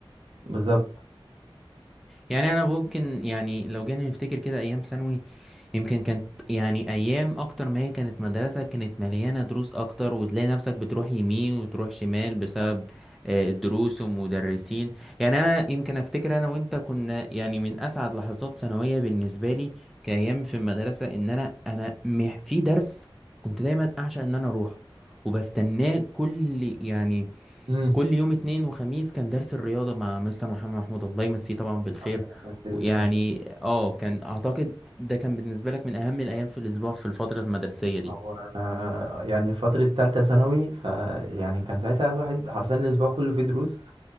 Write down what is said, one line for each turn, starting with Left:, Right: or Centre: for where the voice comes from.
Right: بالظبط
Centre: يعني انا ممكن يعني لو جينا نفتكر كده ايام ثانوي يمكن كانت يعني ايام اكتر ما هي كانت مدرسة كانت مليانة دروس اكتر وتلاقي نفسك بتروح يمين وتروح شمال بسبب آه، الدروس ومدرسين يعني انا يمكن افتكر انا وانت كنا يعني من اسعد لحظات ثانوية بالنسبة لي كايام في المدرسة ان انا انا مح- في درس كنت دايما اعشق ان انا اروحه وبستناه كل يعني
Right: امم
Centre: كل يوم اتنين وخميس كان درس الرياضة مع مستر محمد محمود الله يمسيه طبعا بالخير
Right: آه، بس الخير
Centre: ويعني اه كان اعتقد ده كان بالنسبة لك من اهم الايام في الاسبوع في الفترة المدرسية دي
Right: هو آه، يعني في فترة تالتة ثانوي فيعني كان ساعتها الواحد حرفيا الأسبوع كله فيه دروس